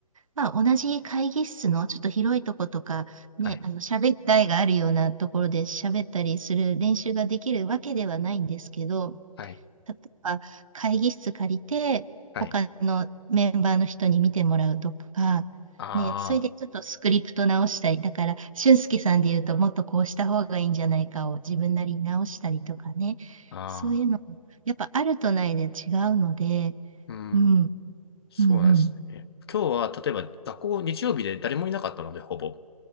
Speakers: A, on the right; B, on the left.
A: まあ、同じ会議室のちょっと広いとことか、ね、
B: はい、
A: あの、喋ったいがあるようなところで喋ったりする練習ができるわけではないんですけど、
B: はい、
A: 例えば会議室借りて、
B: はい、
A: 他のメンバーの人に見てもらうとか、
B: あ
A: ね、それでちょっとスクリプト直したり、だから、俊介さんで言うと、もっとこうした方がいいんじゃないかを自分なりに直したりとかね、
B: あ、ああ。
A: そういうの、やっぱあるとないで違うので、
B: うん、
A: うん、
B: そうなんですね。
A: うん、うん、
B: 今日は、例えば、学校、日曜日で誰もいなかったので、ほぼ。